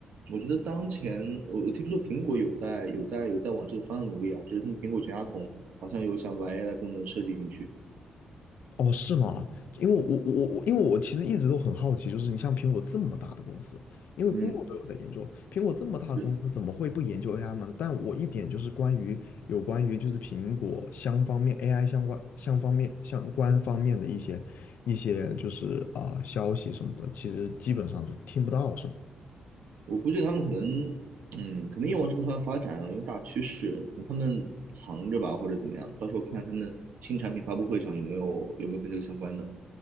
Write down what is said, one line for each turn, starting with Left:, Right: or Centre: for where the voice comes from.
Right: 我觉得当前我我听说苹果有在有在有在往这个方向努力啊，就是他们苹果全家桶好像有想把 AI 的功能设计进去。
Left: 哦，是吗？因为我我我我因为我其实一直都很好奇，就是你像苹果这么大的公司，因为
Right: 嗯，
Left: Google 都有在研究，苹果这么大的公司，
Right: 是
Left: 它怎么会不研究 AI 吗？但我一点就是关于有关于就是苹果相方面 AI 相关相方面相关方面的一些一些就是啊、消息什么的，其实基本上就听不到什么。
Right: 我估计他们可能，嗯，肯定要往这个方向发展啊，因为大趋势，等他们藏着吧，或者怎么样，到时候看看他们新产品发布会上有没有有没有跟这个相关的。